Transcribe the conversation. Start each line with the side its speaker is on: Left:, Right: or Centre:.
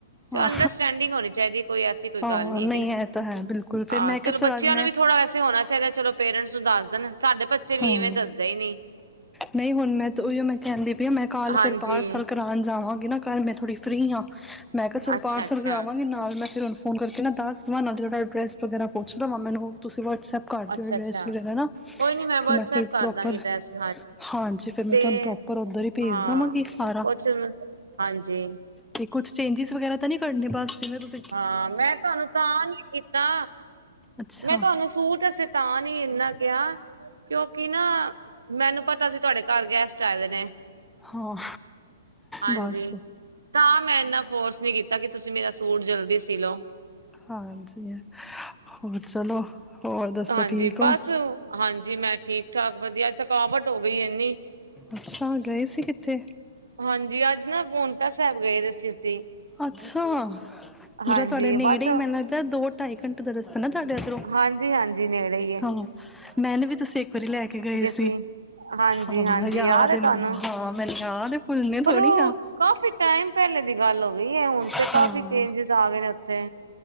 Centre: ਹਾਂ
Right: ਅੰਡਰਸਟੈਂਡਿੰਗ ਹੋਣੀ ਚਾਈਦੀ ਹੈ ਕੋਈ ਐਸੀ ਕੋਈ
Centre: ਹਾਂ
Right: ਗੱਲ ਨਹੀਂ ਹੈਗੀ,
Centre: ਇਹ ਤਾਂ ਹੈ ਬਿਲਕੁਲ ਫਿਰ
Right: ਹਾਂ।
Centre: ਮੈਂ ਕਿਹਾ
Right: ਚਲੋ
Centre: ਚਲ
Right: ਬੱਚਿਆਂ
Centre: ਅੱਜ ਮੈਂ
Right: ਨੂੰ ਵੀ ਥੋੜਾ ਵੈਸੇ ਹੋਣਾ ਚਾਈਦਾ ਚਲੋ ਪੇਰੈਂਟਸ ਨੂੰ ਦੱਸ ਦੇਣ ਸਾਡੇ ਬੱਚੇ ਵੀ
Centre: ਹਾਂ
Right: ਇਵੇਂ ਦੱਸਦੇ ਈ ਨੀ।
Centre: ਨਹੀਂ ਹੁਣ ਮੈਂ ਤੇ ਉਹੀ ਮੈਂ ਕਹਿੰਦੀ ਪਈ ਮੈਂ ਕੱਲ
Right: ਹਾਂਜੀ
Centre: ਫਿਰ ਪਾਰਸਲ ਕਰਾਣ ਜਾਵਾਂਗੀ ਨਾ ਘਰ ਮੈਂ ਥੋੜ੍ਹੀ ਫਰੀ ਆ। ਮੈਂ ਕੇਆ ਚੱਲ
Right: ਅੱਛਾ-ਅੱਛਾ,
Centre: ਪਾਰਸਲ ਕਾਰਾਵਾਗੀ ਨਾਲ ਮੈ ਫੇਰ ਹੁਨ ਫੋਨ ਕਾਰਕੇ ਨਾ ਦਾਸ ਦਵਾਂ, ਨਾਲੇ ਜੜਾ ਐਡਰੈਸ ਵਗੈਰਾ ਪੁਛ ਲਵਾ, ਮੈਨੂੰ ਹੁਣ ਤੁਸੀਂ ਵਟਸਐਪ ਕਾਰ
Right: ਅੱਛਾ-ਅੱਛਾ
Centre: ਦੇਓ ਅਡਰੈਸ ਵਗੈਰਾ ਨਾ,
Right: ਕੋਈ ਨੀ ਵਟਸਐਪ
Centre: ਤੇ ਮੈਂ ਫੇਰ
Right: ਕਰ
Centre: ਪ੍ਰੋਪਰ,
Right: ਦਾਂਗੀ ਡਰੈਸ
Centre: ਹਾਂਜੀ ਫੇਰ ਮੈਂ
Right: ਤੇ
Centre: ਤੁਆਨੂੰ ਪ੍ਰੋ ਪਰ ਓਦਰ ਈ ਪੇਜ
Right: ਹਾਂ
Centre: ਦਵਾਂਗੀ ਸਾਰਾ
Right: ਕੁਛ ਹਾਂਜੀ।
Centre: ਤੇ ਕੁੱਛ ਚੇਜਿਸ ਵਗੈਰਾ ਤਾਂ ਨੀ ਕਰਨੇ ਬਾਸ, ਜਿਵੇ ਤੁਸੀ
Right: ਹਾਂ ਮੈਂ ਤੁਆਨੂੰ ਤਾਂ ਨੀ ਕੀਤਾ,
Centre: ਅੱਛਾ
Right: ਮੈਂ ਤੁਆਨੂੰ ਸੂਟ ਅੱਸੇ ਤਾਂ ਨੀ ਇਨਾ ਕੇਆ, ਕਿਉਂਕਿ ਨਾ ਮੈਨੂੰ ਪਤਾ ਸੀ ਤੁਆਡੇ ਘਰ ਗੈਸ ਟ ਆਏ ਹੋਏ ਨੇ,
Centre: ਹਾਂ
Right: ਹਾਂਜੀ।
Centre: ਬਸ
Right: ਤਾ ਮੈਂ ਇੰਨਾ ਫੋਰਸ ਨੀ ਕੀਤਾ ਕਿ ਤੁਸੀਂ ਮੇਰਾ ਸੂਟ ਜਲਦੀ ਸੀ ਲੋ
Centre: ਹਾਂਜੀ, ਹੋਰ ਚਲੋ ਹੋਰ ਦੱਸੋ
Right: ਹਾਂਜੀ
Centre: ਠੀਕ
Right: ਬਸ
Centre: ਓ?
Right: ਹਾਂਜੀ, ਮੈਂ ਠੀਕ ਠਾਕ ਵਦਿਆ ਥਕਾਵਟ ਹੋ ਗਈ ਇੰਨੀ
Centre: ਅੱਛਾ ਗਏ ਸੀ ਕਿੱਥੇ
Right: ਹਾਂਜੀ, ਆਜ ਨਾ ਪੋਨਟਾ ਸੈਬ ਗਏ ਦੇ ਸੀ ਅਸੀਂ
Centre: ਅੱਛਾ, ਜੇੜਾ
Right: ਹਾਂਜੀ
Centre: ਤੁਆਡੇ ਨੇੜੇ
Right: ਬਸ
Centre: ਈ ਮੈਨ ਲੱਗਦੈ ਦੋ ਟਾਈ ਘੰਟੇ ਦਾ ਰਸਤਾ ਐ ਨਾ ਤੁਆਡੇ ਐਦਰੋਂ,
Right: ਹਾਂਜੀ ਹਾਂਜੀ ਨੇੜੇ ਹੀ ਹੈ
Centre: ਹਾ ਮੈਨ ਵੀ ਤੁਸੀਂ ਇੱਕ ਵਾਰੀ ਲੈ ਕੇ ਗਏ ਸੀ
Right: ਜੀ, ਹਾਂਜੀ-ਹਾਂਜੀ
Centre: ਹਾਂ
Right: ਯਾਦ ਏ
Centre: ਹੈ
Right: ਤੁਆਨੂੰ,
Centre: ਮੈਨੂੰ ਹਾਂ ਮੈਨੂੰ ਯਾਦ ਹੈ ਭੁੱਲਣੇ
Right: ਪਰ
Centre: ਥੋੜ੍ਹੀ
Right: ਓ
Centre: ਆ
Right: ਕਾਫੀ ਟਾਈਮ ਪੈਲੇ ਦੀ ਗਾਲ ਓ ਗਈ ਏ, ਹੁਨ
Centre: ਹਾਂ
Right: ਤੇ ਕਾਫੀ ਚੇਂਜਿਸ ਆ ਗਏ ਨੇ ਓਥੇ